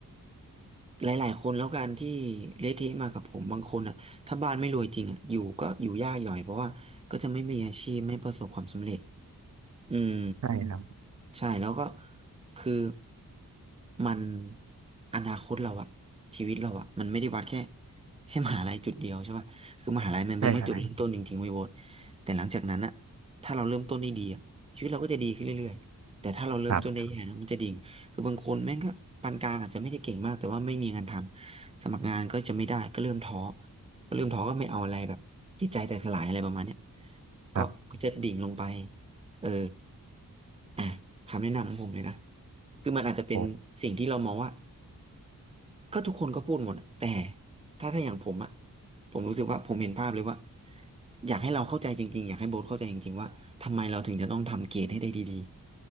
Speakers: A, on the right (about 20°); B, on the right (about 50°).
A: หลายๆคนแล้วกันที่เละเทะมากับผมบางคนอ่ะถ้าบ้านไม่รวยจริงอ่ะอยู่ก็อยู่ยากหย่อยเพราะว่าก็จะไม่มีอาชีพไม่ประสบความสำเร็จอืม
B: ใช่ครับ
A: ใช่แล้วก็คือมันอนาคตเราอะชีวิตเราอะมันไม่ได้วัดแค่แค่มหาลัยจุดเดียวใช่ป่ะคือมหาลัยมันเป็นแค่จุดเริ่มต้นจริงๆเว้ยโบ๊ท
B: ใช่ครับนน
A: แต่หลังจากนั้นอะถ้าเราเริ่มต้นได้ดีอะชีวิตเราก็จะดีขึ้นเรื่อยๆแต่ถ้าเราเริ่มต้นได้แย่นะมันจะดิ่งคือบางคนแม่งก็ปานกลางอาจจะไม่ได้เก่งมากแต่ว่าไม่มีงานทำสมัครงานก็จะไม่ได้ก็เริ่มท้อ
B: ครับ
A: ก็เริ่มท้อก็ไม่เอาอะไรแบบจิตใจแตกสลายอะไรประมาณเนี้ยก็ก็จะดิ่งลงไป
B: ครับ
A: เออ อ่ะคำแนะนำของผมเลยนะคือมันอาจจะเป็นสิ่งที่เรามองว่า
B: โห
A: ก็ทุกคนก็พูดหมดอะแต่ถ้าถ้าอย่างผมอะผมรู้สึกว่าผมเห็นภาพเลยว่าอยากให้เราเข้าใจจริงๆอยากให้โบ๊ทเข้าใจจริงๆว่าทำไมเราถึงจะต้องทำเกรดให้ได้ดี